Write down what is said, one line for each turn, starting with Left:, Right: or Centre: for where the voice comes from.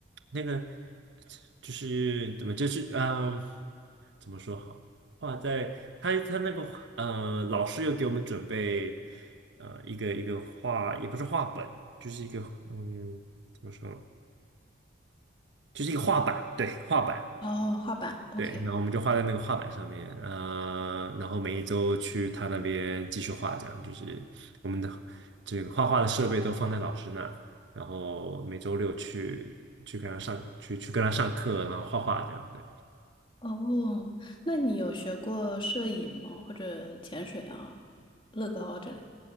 Right: 那个就是怎么，就是嗯，怎么说好？画在他他那个呃，老师又给我们准备呃一个一个画，也不是画本，就是一个嗯，怎么说呢就是一个画板，对，画板。
Left: 哦，画板，OK。
Right: 对，然后我们就画在那个画板上面，呃，然后每一周去他那边继续画，这样就是我们的这个画画的设备都放在老师那儿然后每周六去去跟他上去去跟他上课，然后画画这样。对，
Left: 哦，那你有学过摄影吗？或者潜水啊、乐高之类的